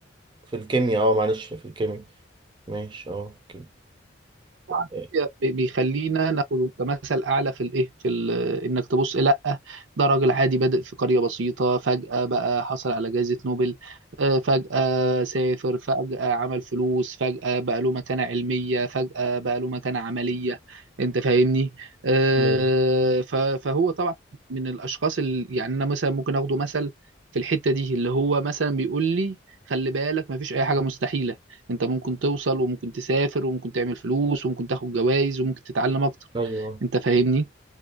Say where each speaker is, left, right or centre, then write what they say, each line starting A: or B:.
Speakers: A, on the right; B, on the right.
A: في الكيمياء اه معلش في الكيمياء ماشي اه في
B: طبعاً
A: الكيمياء.
B: بي- بيخلينا ناخده كمثل اعلى في الايه في ال انك تبص لا ده راجل عادي بادئ في قريه بسيطه فجاه بقى حصل على جائزه نوبل آه، فجاه سافر فجاه عمل فلوس فجاه بقى له مكانه علميه فجاه بقى له مكانه عمليه انت فاهمني آه،
A: أمم،
B: ف- فهو طبعا من الاشخاص اللي يعني انا مثلا ممكن اخده مثل في الحته دي اللي هو مثلا بيقول لي خلي بالك مفيش اي حاجه مستحيله انت ممكن توصل وممكن تسافر وممكن تعمل فلوس وممكن تاخد جوائز وممكن تتعلم اكتر
A: ايوه
B: انت فاهمني